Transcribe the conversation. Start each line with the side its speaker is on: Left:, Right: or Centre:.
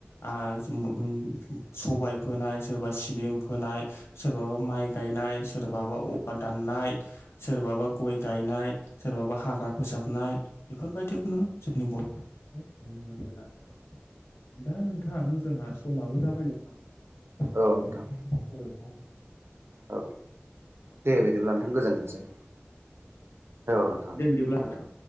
Left: ओ <inaudible> सबाय फोनाय सोरबा सिबिं फोनाय सोरबाबा माइ गायनाय सोरबाबा औवा दाननाय सोरबाबा गय गायनाय सोरबाबा हाग्रा फोसाबनाय बेफोरबायदिखौनो जोंनि बर'खौ नुनो मोनगोन आरो दा नोंथां जोंहा समाबो जाबाय नोंथां <unintelligible>
Right: औ नोंथां
Left: ओमफ्राय
Right: औ दे बिदिब्ला
Left: <inaudible>
Right: नोंथां गोजोनथोंसै औ नोंथां
Left: दे बिदिब्ला नोंथां